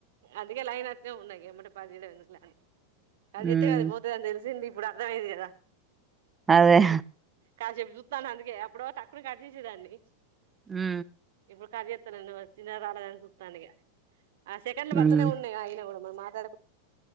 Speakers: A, on the right; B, on the right.
A: అదికే లైన్ అట్నే ఉన్నా ఇగ ఎమ్మటే బంజేయటం ఎందుకులే అని కట్ చెప్తే
B: ఉమ్
A: అది పోతుందిని తెలిసింది ఇప్పుడు అర్థమైది కదా
B: అదే
A: కా చెపు చు స్తాను అందుకే అప్పుడో టక్కున కట్ చేసే దాన్ని
B: హు
A: ఇప్పుడు కట్ చేతలేను వచ్చిందా రాలేదా అని సూత్తంన ఇగ అస్ కండ్లు పడుతనే
B: ఉమ్
A: ఉన్నాయి ఆగిన గూడం మ మాట్లా